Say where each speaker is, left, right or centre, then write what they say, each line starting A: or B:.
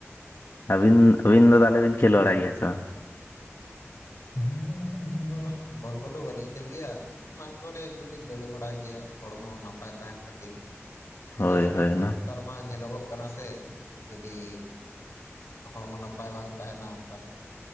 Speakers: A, on the left; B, on the left.
A: ᱟᱹᱵᱤᱱ ᱟᱹᱵᱤᱱ ᱫᱚ ᱛᱟᱦᱚᱞᱮ ᱵᱤᱱ ᱠᱷᱮᱞ ᱵᱟᱲᱟᱭ ᱜᱮᱭᱟ ᱥᱮ ᱵᱟᱝ
B: <inaudible> ᱤᱧ ᱫᱚ ᱵᱚᱞ ᱠᱚᱫᱚ ᱵᱟᱹᱞᱤᱧ ᱠᱷᱮᱞ ᱜᱮᱭᱟ ᱢᱟᱴ ᱠᱚᱨᱮ ᱮᱢᱱᱤ ᱞᱤᱧ ᱫᱟᱹᱲ ᱵᱟᱲᱟᱭ ᱜᱮᱭᱟ ᱦᱚᱲᱢᱚ ᱱᱟᱯᱟᱭ ᱛᱟᱸᱦᱮᱱ ᱠᱷᱟᱹᱛᱤᱨ ᱪᱮᱫᱟᱜ
A: ᱦᱳᱭ
B: ᱥᱮ ᱵᱟᱝ
A: ᱦᱳᱭ
B: ᱢᱟ
A: ᱚᱱᱟ
B: ᱱᱮᱛᱟᱨ ᱢᱟ ᱧᱮᱞᱚᱜᱚᱜ ᱠᱟᱱᱟ ᱥᱮ ᱡᱩᱫᱤ ᱦᱚᱲᱢᱚ ᱱᱟᱯᱟᱭ ᱵᱟᱝ ᱛᱟᱸᱦᱮᱱᱟ ᱛᱟᱦᱚᱞᱮ ᱠᱷᱟᱱ